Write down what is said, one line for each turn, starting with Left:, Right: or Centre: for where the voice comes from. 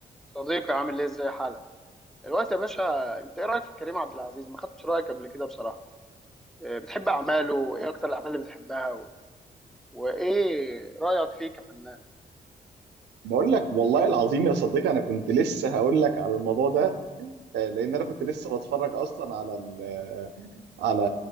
Centre: صديقي عامل ايه ازاي حالك دلوقتي يا باشا انت ايه رايك في كريم عبد العزيز ما خدتش رايك قبل كده بصراحه إيه بتحب اعماله
Right: و-
Centre: ايه اكتر الاعمال اللي بتحبها و... وايه رايك فيه كفنان
Right: بقول لك والله العظيم يا صديقي انا كنت لسه هقول لك على الموضوع ده آه، لان انا كنت لسه بتفرج اصلا على ال... على